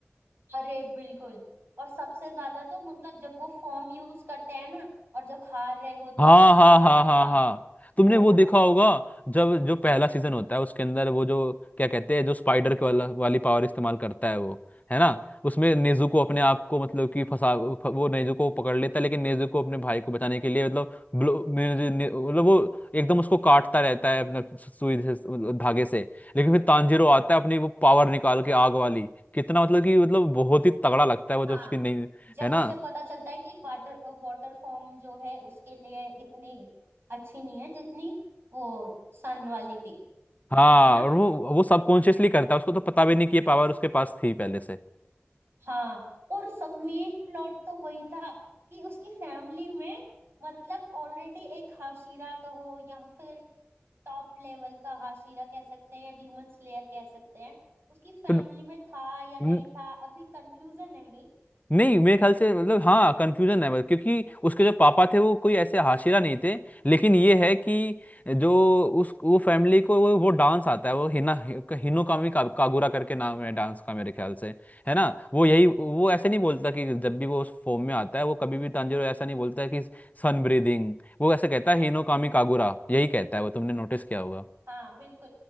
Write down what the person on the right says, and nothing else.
अरे बिल्कुल और सबसे ज्यादा तो मतलब जब वो फॉर्म यूज करते हैं ना और जब हार रहे होते
हैं उसके
बाद
का
ओहो
हाँ
जब
उसे पता चलता है कि वाटर वाटर फॉर्म जो है उसके लिए इतनी अच्छी नहीं है जितनी वो सन वाली थी
है ना
हाँ और सब मेन प्लॉट तो वही था कि उसकी फैमिली में मतलब ऑलरेडी एक हाशिरा कहो या फिर टॉप लेवल का हाशिरा कह सकते हैं या डीमन स्लेयर कह सकते हैं उसकी फैमिली
में था या
नहीं था अभी कंफ्यूजन है
हाँ बिल्कुल